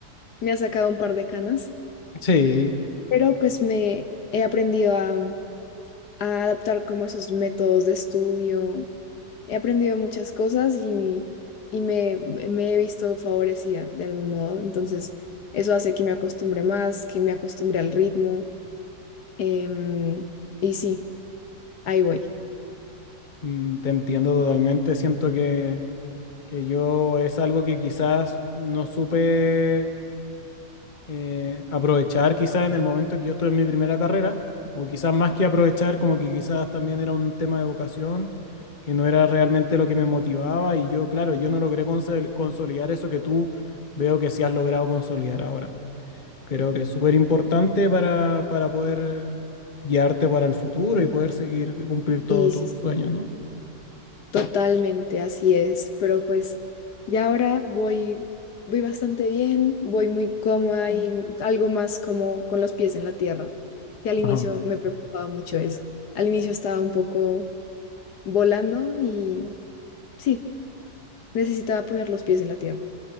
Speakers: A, on the left (about 70°); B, on the left (about 30°).
A: me ha sacado un par de canas,
B: Sí,
A: pero pues me he aprendido a, a adaptar como esos métodos de estudio He aprendido muchas cosas y, y me, me he visto favorecida de algún modo. Entonces, eso hace que me acostumbre más, que me acostumbre al ritmo. em, y sí, ahí voy.
B: mm, te entiendo totalmente. Siento que, que yo es algo que quizás no supe eh, aprovechar quizás en el momento en que yo estuve en mi primera carrera, o quizás más que aprovechar, como que quizás también era un tema de vocación, que no era realmente lo que me motivaba y yo, claro, yo no logré consol- consolidar eso que tú veo que sí has logrado consolidar ahora. Creo que es súper importante para, para poder guiarte para el futuro y poder seguir cumplir todos
A: Y sí,
B: tus
A: sí,
B: sueños, ¿no?
A: totalmente así es. Pero pues ya ahora voy, voy bastante bien, voy muy cómoda y algo más como con los pies en la tierra, que al inicio
B: Ajá.
A: me preocupaba mucho eso. Al inicio estaba un poco volando y sí, necesitaba poner los pies en la tierra.